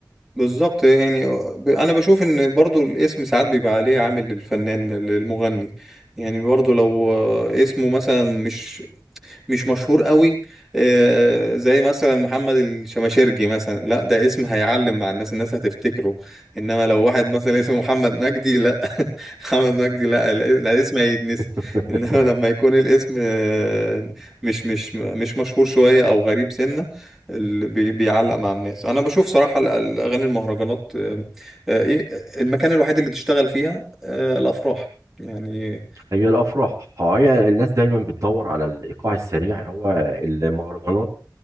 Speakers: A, in the centre; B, on the right.
A: بالظبط يعني ب- انا بشوف ان برضو الاسم ساعات بيبقى عليه عامل للفنان للمغني يعني برضو لو آه، اسمه مثلا مش مش مشهور قوي آه، زي مثلا محمد الشماشرجي مثلا لا ده اسم هيعلم مع الناس الناس هتفتكره انما لو واحد مثلا اسمه محمد مجدي لا <laughs> محمد مجدي لا ال- الاسم هيتنسي
B: <laughs>
A: انما لما يكون الاسم آه، مش مش مش مشهور شوية او غريب سنة ال- بي- بيعلق مع الناس انا بشوف صراحة ال- الاغاني المهرجانات آه، آه، ايه المكان الوحيد اللي تشتغل فيها آه، الافراح يعني
B: هي الافراح آه، هي الناس دايما بتدور على الايقاع السريع هو المهرجانات